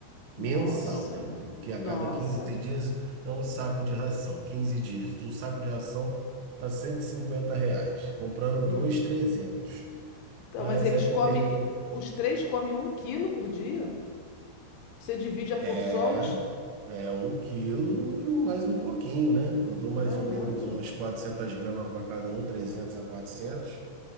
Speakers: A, on the left; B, on the right.
A: nossa,
B: mensal, né? Porque a
A: nossa.
B: cada 15 dias é um saco de ração. 15 dias, um saco de ração tá 150 reais. Comprando dois,
A: Hum.
B: 300.
A: Então,
B: Mas
A: mas eles
B: aí
A: comem,
B: tem,
A: os três comem um quilo por dia? Você divide a porções?
B: é, é um quilo e um- mais um pouquinho, né? Eu dou mais
A: Caramba!
B: ou menos umas 400 gramas para cada um, 300 a 400.